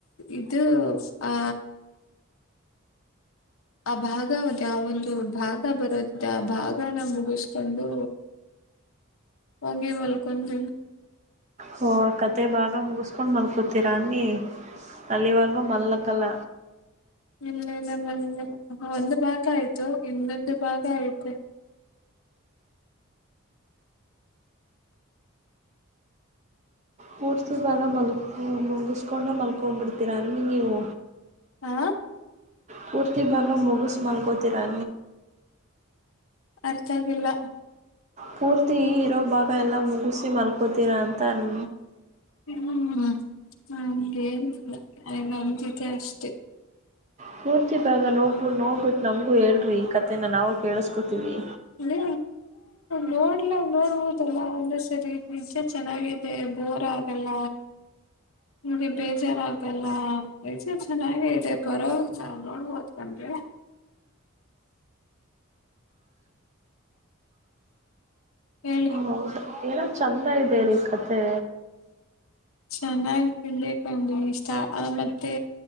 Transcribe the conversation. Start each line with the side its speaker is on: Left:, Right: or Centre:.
Left: ಇದು ಆ ಆ ಭಾಗದ ಆ ಒಂದು ಭಾಗ ಬರೋದಿದೆ ಆ ಭಾಗನ ಮುಗಿಸ್ಕೊಂಡು ಹೋಗಿ ಮಲ್ಕೊಂಡ
Right: ಹ ಕತೆೆ ಬಾರ ಇ ಮುಗಸ್ಕೊಂಡು ಮಲ್ಕೊತಿೀರಿ ಅಲ್ಲಿಿವರ್ಗ ಮಲ್ಲಕ್ಕಲ್ಲ
Left: ಇಲ್ಲ ಇಲ್ಲ ಮಲ್ಲ ಒಂದು ಭಾಗ ಆಯ್ತು ಇನ್ನೊಂದು ಭಾಗ ಆಯ್ತು
Right: ಮೂೂರ್ತಿ ಭಾಗ ಮಲ್ಕು ಮುಗಿಸ್ಕೊಂಡು ಮಲ್ಕ್ಬಿಡ್ತೀರ ಅನ್ನ ನೀವು
Left: ಹಾ
Right: ಪೂರ್ತಿ ಭಾಗ ಮುಗಸು ಮಲ್ಕೋತಿರಿ
Left: ಅರ್ಥ ಆವಿಲ್ಲ
Right: ಪೂರ್ತಿ ಇರೋ ಭಾಗ ಎಲ್ಲ ಮುಗಿಸಿ ಮಲ್ಕೋತೀರಾ ಅಂತ ಅನ್
Left: ಹ್ಮ್ ನಮಗೆನ್ ನಮ ಜತೆ ಅಷ್ಟೆ
Right: ಪೂರ್ತಿ ಭಾಗ ನೋ್ಬಿ ನೋಡ್ಬಿಟ್ಟು ನಮ್ಗೂ ಹೇಳ್ರಿ ಈ ಕಥೆನ ನಾವು ಕೇಳಸ್ಕೋತಿೀವಿ
Left: ನೀ ನೋಡ್ಲ ನೋಡ್ಬೋದಲ್ಲ ಒಂದೆ ಸರಿ ನಿಚೆ ಚೆನ್ನಾಗಿದೆ ಬೋರ್ ಆಗಲ್ಲ ನಿಗೆ ಬೇಜಾರಾಗಲ್ಲ ಈಚೆ ಚೆನ್ನಾಗ ಇದೆ ಬರೋ ನಾವ್ ನೋಡ್ಬೋದ ಬಂದ್ರಿ ಏಳು
Right: ಹೌದಾ ಏನೋ ಚೆಂದ ಇದೆ ರೀ ಕತೆೆ
Left: ಚೆನ್ನಾಗಿ ತಿನ್ಬೇಕಂದೆ ಇಷ್ಟ ಮತ್ತೆ